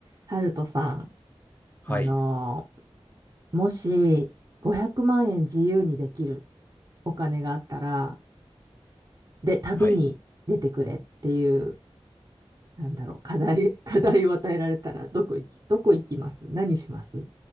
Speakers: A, on the right; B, on the left.
A: タルトさん、
B: はい。
A: あのーもし500万円自由にできるお金があったら、で、旅に出てくれっていう、
B: はい。
A: なんだろう、課題、<laughs> 課題を与えられたら、どこ行き、どこ行きます何します